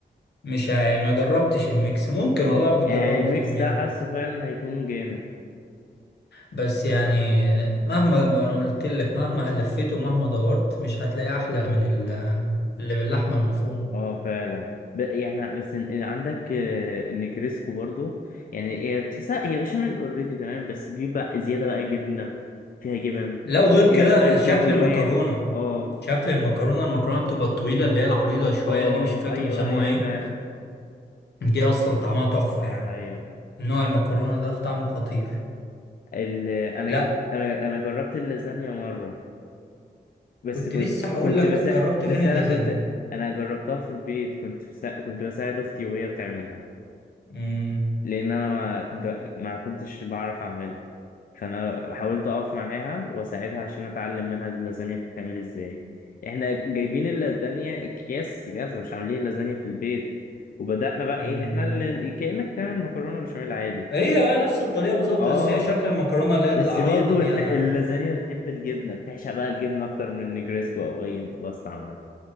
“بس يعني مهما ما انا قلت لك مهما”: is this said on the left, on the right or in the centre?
Left